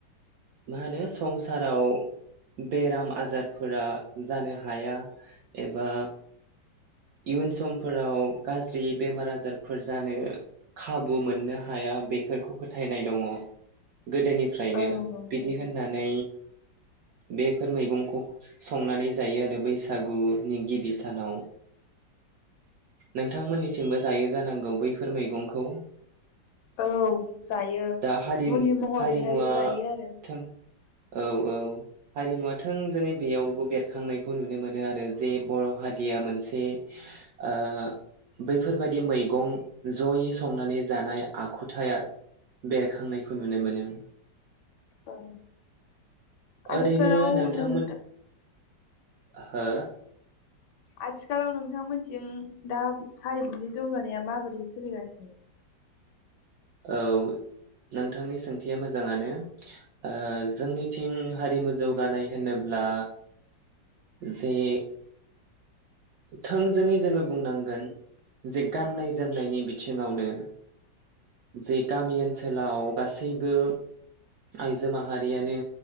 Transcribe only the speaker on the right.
मा होनो संसाराव बेराम आजारफोरा जानो हाया एबा इयुन समफोराव गाज्रि बेमार आजारफोर जानो खाबु मोननो हाया बेफोरखौ फोथायनाय दङ गोदोनिफ्रायनो
बिदि होननानै बेफोर मैगंखौ संनानै जायो आरो बैसागुनि गिबि सानाव नोंथांमोननिथिंबो जायो जानांगौ बैफोर मैगंखौ
हारिमु-हारिमुआ
थों औ औ हारिमुवा थोंजोङै बेयावबो बेरखांनायखौ नुनो मोनो आरो जे बर' हारिया मोनसे ओ बैफोरबायदि मैगं जयै संनानै जानाय आखुथाया बेरखांनायखौ नुनो मोनो।
ओरैनो नोंथांमोन
हो
औ नोंथांनि सोंथिया मोजाङानो ओ जोंनिथिं हारिमु जौगानाय होनोब्ला जे थोंजोङै जोङो बुंनांगोन जे गाननाय जोमनायनि बिथिङावनो जे गामि ओनसोलाव गासैबो आइजो माहारियानो